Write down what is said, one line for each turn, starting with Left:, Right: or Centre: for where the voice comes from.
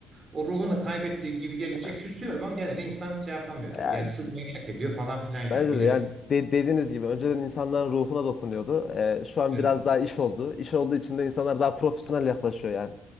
Right: o ruhunu kaybettiği gibi gelince
Left: Yani
Right: küsüyorum ama gene de insan şey yapamıyor tabii.
Left: yani
Right: Yani sık merak ediyor falan filan yani
Left: bence
Right: bilirsin.
Left: de yani de- dediğiniz gibi önceden insanların ruhuna dokunuyordu. Ee, şu an
Right: Evet.
Left: biraz daha iş oldu. İş olduğu için de insanlar daha profesyonel yaklaşıyor yani.